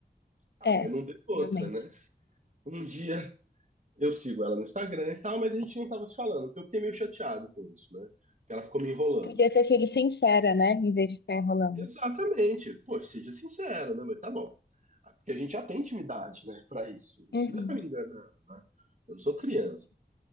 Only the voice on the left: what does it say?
É,
realmente.
Podia ter sido sincera, né? Em vez de ficar enrolando.
Uhum.